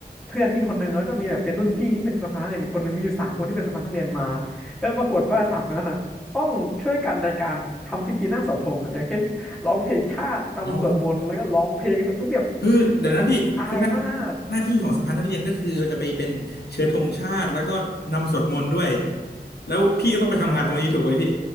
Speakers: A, in the centre; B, on the left (about 70°).
A: เพื่อนพี่คนหนึ่งแล้วก็มีแบบเป็นรุ่นพี่ที่เป็นสภาอีกคนหนึ่งมีอยู่สามคนที่เป็นสภานักเรียนมา แล้วปรากฏว่าสามคนนั้นอ่ะต้องช่วยกันในการทำพิธีหน้าเสาธงอ่ะอย่างเช่นร้องเพลงชาติรำสวดมนต์แล้วก็ร้องเพลงเพื่อแบบ
B: อ๋อ คือเดี๋ยวนะพี่คือหน้า
A: เป็นไอที่อายมาก
B: หน้าที่ของสภานักเรียนก็คือจะไปเป็นเชิญธงชาติแล้วก็นำสวดมนต์ด้วยแล้วพี่ก็ต้องไปทำงานตรงนี้ถูกไหมพี่
A: ใช่